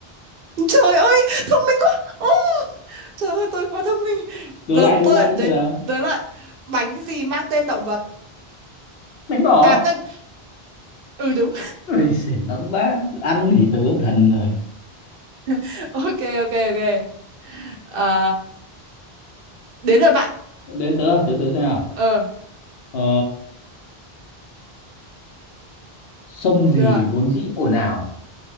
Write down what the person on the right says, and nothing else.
trời ơi thông minh quá Ồ, trời ơi tôi quá thông minh
giờ
tôi
lại
đến
tới lại bánh gì mang tên động vật
à quên ừ đúng
<laughs> ok ok ok Ờ, đến lượt bạn
ờ
được rồi.